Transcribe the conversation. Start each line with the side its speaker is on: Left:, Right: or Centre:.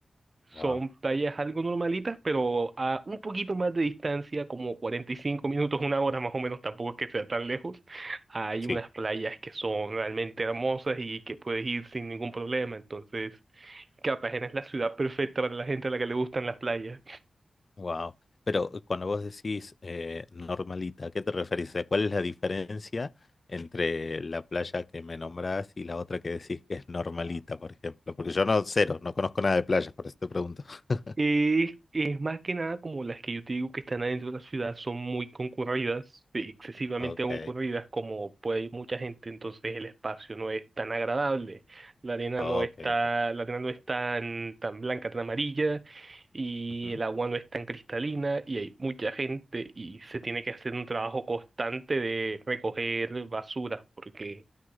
Left: Wow.
Right: Son playas algo normalitas, pero a un poquito más de distancia, como 45 minutos, una hora más o menos, tampoco es que sea tan lejos. Hay
Left: Sí.
Right: unas playas que son realmente hermosas y que puedes ir sin ningún problema, entonces... Cartagena es la ciudad perfecta para la gente a la que le gustan las playas.
Left: Wow. Pero eh, cuando vos decís eh, normalita, ¿a qué te referís? O sea, ¿Cuál es la diferencia entre la playa que me nombrás y la otra que decís que es normalita, por ejemplo? Porque yo no, cero, no conozco nada de playas, por eso te pregunto. <laughs>
Right: Y es más que nada como las que yo te digo que están adentro de la ciudad son muy concurridas, sí, excesivamente
Left: Ok,
Right: concurridas, como puede ir mucha gente, entonces el espacio no es tan agradable, la arena
Left: ok,
Right: no está,
Left: ok.
Right: la arena no es tan, tan blanca, tan amarilla, y
Left: Ujú.
Right: el agua no es tan cristalina, y hay mucha gente, y se tiene que hacer un trabajo constante de recoger basura, porque